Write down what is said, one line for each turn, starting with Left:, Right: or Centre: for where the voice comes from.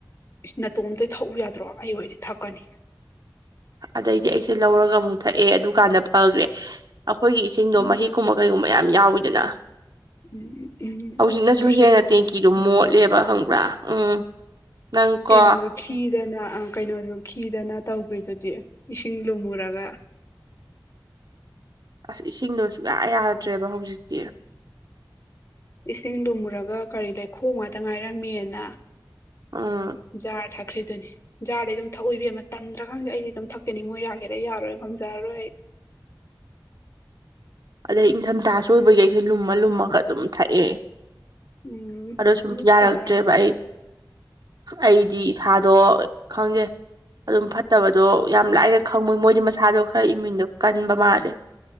Left: ꯅꯥꯇꯣꯝꯇ ꯊꯛꯎ ꯌꯥꯗ꯭ꯔꯣ ꯑꯩ ꯍꯔꯗꯤ ꯊꯛꯀꯅꯤ
Right: ꯑꯗꯩꯗꯤ ꯑꯩꯁꯦ ꯂꯧꯔꯒ ꯑꯃꯨꯛ ꯊꯛꯑꯦ ꯑꯗꯨꯀꯥꯟꯗ ꯐꯈ꯭ꯔꯦ ꯑꯩꯈꯣꯏꯒꯤ ꯏꯁꯤꯡꯗꯣ
Left: ꯎꯝ
Right: ꯃꯍꯤꯛ ꯀꯨꯝꯕ ꯀꯩꯒꯨꯝꯕ ꯌꯥꯝ ꯌꯥꯎꯋꯤꯗꯅ꯫
Left: ꯎꯝ
Right: ꯍꯧꯖꯤꯛꯅꯁꯨ
Left: ꯔꯣꯁꯤꯞ
Right: ꯍꯦꯟꯅ ꯇꯦꯡꯀꯤꯗꯨ
Left: ꯎꯝ
Right: ꯃꯣꯠꯂꯦꯕ ꯈꯪꯕ꯭ꯔꯥ ꯎꯝ ꯅꯪꯀꯣ
Left: ꯀꯩꯅꯣꯁꯨ ꯈꯤꯗꯅ- ꯀꯩꯅꯣꯁꯨ ꯈꯤꯗꯅ ꯇꯧꯈ꯭ꯔꯤꯗꯨꯗꯤ ꯏꯁꯤꯡ ꯂꯨꯝꯃꯨꯔꯒ
Right: ꯑꯁ ꯏꯁꯤꯡꯗꯣ ꯁꯨꯡꯛꯌꯥ ꯌꯥꯗ꯭ꯔꯦꯕ ꯍꯧꯖꯤꯛꯇꯤ꯫
Left: ꯏꯁꯤꯡ ꯃꯨꯔꯒ ꯀꯔꯤ ꯂꯩꯈꯣ ꯉꯥꯛꯇ ꯉꯥꯏꯔꯝꯃꯤꯅ
Right: ꯎꯝ
Left: ꯖꯥꯔ ꯊꯥꯈ꯭ꯔꯤꯗꯨꯅꯤ꯫ ꯖꯥꯕꯗꯩ ꯑꯗꯨꯝ ꯊꯛꯎ ꯏꯕꯤꯕꯃ ꯇꯝꯗ꯭ꯔꯈꯪꯗꯦ ꯑꯩꯁꯗꯤ ꯑꯗꯨꯝ ꯊꯛꯀꯅꯤ ꯃꯣꯏ ꯌꯥꯒꯦꯔꯥ ꯌꯥꯔꯣꯏ ꯉꯝꯖꯔꯔꯣꯏ
Right: ꯑꯗꯩ ꯏꯪꯊꯝꯊꯥꯁꯨ ꯑꯣꯏꯕꯒꯤ ꯑꯩꯁꯦ ꯂꯨꯝꯃ ꯂꯨꯝꯃꯒ ꯑꯗꯨꯝ ꯊꯛꯑꯦ꯫
Left: ꯎꯝ
Right: ꯑꯗꯣ ꯁꯨꯝ
Left: ꯑꯗꯨ
Right: ꯌꯥꯔꯛꯇ꯭ꯔꯦ
Left: ꯐꯔꯕꯅꯦ
Right: ꯚ ꯑꯩ ꯑꯩꯗꯤ ꯏꯁꯥꯗꯣ ꯈꯪꯗꯦ ꯑꯗꯨꯝ ꯐꯠꯇꯕ ꯗꯣ ꯌꯥꯝ ꯂꯥꯏꯅ ꯈꯪꯕꯣꯏ ꯃꯣꯏꯗꯤ ꯃꯁꯥꯗꯣ ꯈꯔ ꯏꯃꯟꯗꯣ ꯀꯟꯕ ꯃꯥꯜꯂꯦ